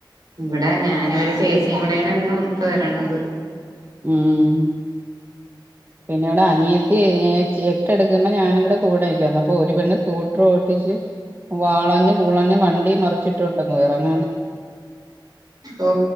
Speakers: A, on the right; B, on the right.
A: ഇവിടെ ഞാനും ഒരു ചേച്ചിയും കൂടെയാണ് ഇന്ന് ഒത്തു വര്ണത്
B: ഉം പിന്നേണെ അനിയത്തി ഏച്ച് എട്ട് എടുക്കുമ്പോ ഞാനങ്ങട്ട്ക്കൂടും അയ്ക്ക്. അപ്പൊ ഒരു പെണ്ണ് സ്കൂട്ടർ ഓട്ടിച്ച് വാളഞ്ഞു പൂളഞ്ഞ് വണ്ടി മറിച്ചി ട്ട്ണ്ട് ഇറങ്ങു
A: ഓ